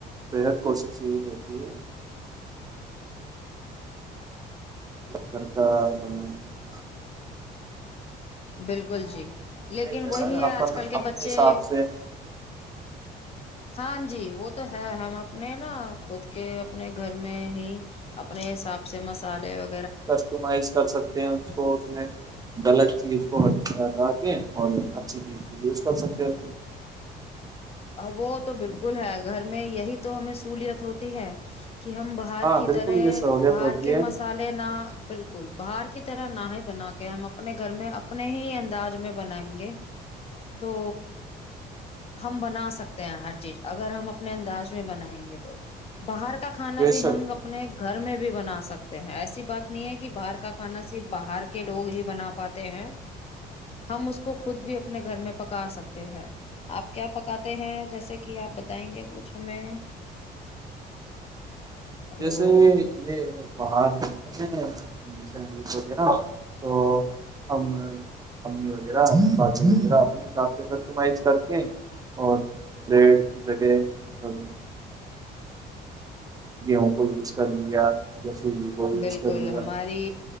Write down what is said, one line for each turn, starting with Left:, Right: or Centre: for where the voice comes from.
Right: بےحد کوشش یہی رہتی ہے کرتا بنے <unintelligible>
Left: <inaudible> بالکل جی لیکن
Right: میں ہی رہتا
Left: وہی
Right: نا
Left: ہے
Right: اپن
Left: آج کل کے
Right: اپنے
Left: بچے
Right: حساب سے
Left: ہاں جی وہ تو ہے ہم اپنے نا خود کے اپنے گھر میں ہی اپنے حساب سے مسالے و
Right: کسٹمائز کر سکتے ہیں اس کو اس میں غلط چیز کو راکیں اور اچھی یوز کر سکتے آ
Left: وہ تو بالکل ہے گھر میں یہی تو ہمیں سہولیت ہوتی ہے کہ ہم باہر
Right: ہاں
Left: کی
Right: بالکل
Left: طرح
Right: یہ سہولیت
Left: باہر
Right: ہوتی
Left: کے
Right: ہے
Left: مسالے نہ بالکل ب باہر کی طرح نہ ہے بنا کے ہم اپنے گھر میں اپنے ہی انداز میں بنائیں گے تو ہم بنا سکتے ہیں ہر چیز اگر ہم اپنے انداز میں بنائیں گے تو باہر کا کھانا
Right: بے
Left: بھی
Right: شک
Left: ہم اپنے گھر میں بھی بھی بنا سکتے ہیں ایسی بات نہیں ہے کہ باہر کا کھانا صرف باہر کے لوگ ہی بنا پاتے ہیں ہم اس کو خود بھی اپنے گھر میں پکا سکتے ہیں آپ کیا پکاتے ہیں جیسے کہ آپ بتائیں گے کچھ ہمیں
Right: جیسے
Left: ہلو
Right: یہ باہر نلتے ہیں سینڈوچ وغیرہ تو ہم امی وغیرہ شادی وغیرہ اپنے حساب سے کسٹمائز کر کے اور بریڈ کی جگہ مطلب گیہوں کو یوز کر لیا یا سوجی کو یوز
Left: بالکل
Right: کر لیا
Left: ہماری